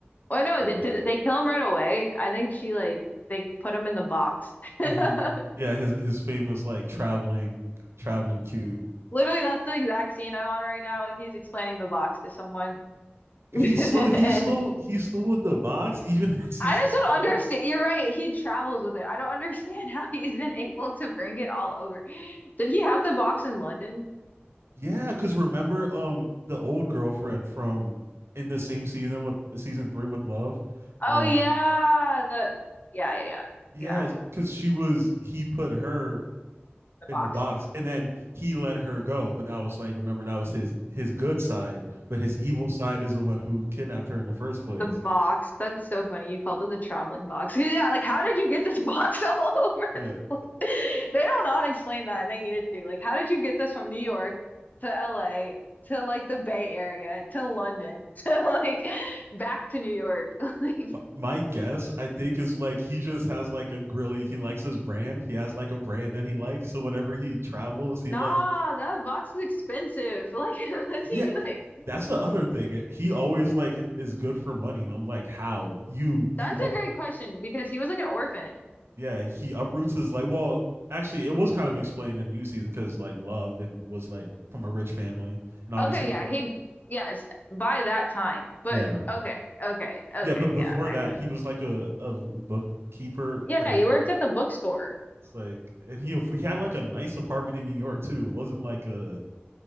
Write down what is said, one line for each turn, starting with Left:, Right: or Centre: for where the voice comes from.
Left: Well, no,
Right: Yeah.
Left: th did they kill him right away? I think she like they put him in the box. <laughs>
Right: Mm-hmm. Yeah. His his famous like traveling traveling cube
Left: Literally, that's the exact scene I'm on right now. He's explaining the box to someone. <laughs>
Right: he's
Left: I
Right: still he's still he's still with the Vox even in <laughs> season
Left: just don't
Right: five.
Left: understand. You're right. He travels with it. I don't understand <laughs> how he's been able to bring it all over. <gasps> Did he have the box in London?
Right: Yeah, because remember um the old girlfriend from in the same season with season three with love.
Left: Oh
Right: Um
Left: yeah, the yeah, yeah, yeah,
Right: yeah,
Left: yeah,
Right: because she was he put her
Left: the
Right: in
Left: box.
Right: the box and then he let her go. But that was like remember that was his his good side, but his evil side is the one who kidnapped her in the first place.
Left: The box. That's so funny. You called it the traveling box. <laughs> Yeah, like how did you get this <laughs> box all over?
Right: Yeah.
Left: the- <laughs> They don't not explain that and they needed to. Like, how did you get this from New York to LA to like the Bay Area to London <laughs> to like back to New York? <laughs> Like,
Right: my guess i think is like he just has like a grilly he likes his brand he has like a brand that he likes so whenever he travels he
Left: nah,
Right: like
Left: that box is expensive. <laughs> Like, let's see.
Right: yeah
Left: like?
Right: that's the other thing he always like is good for money and i'm like how you you
Left: That's
Right: up
Left: a great question because he was like an orphan.
Right: yeah he uproots his like well actually it was kind of explained in new season because like love and was like from a rich family and obviously
Left: Okay, yeah, he yes, by that time. But
Right: yeah
Left: okay, okay, okay,
Right: yeah but before
Left: yeah, I
Right: that
Left: guess.
Right: he was like a, a bookkeeper
Left: Yeah,
Right: at a
Left: he worked at the bookstore.
Right: like and he he had like a nice apartment in new york too it wasn't like a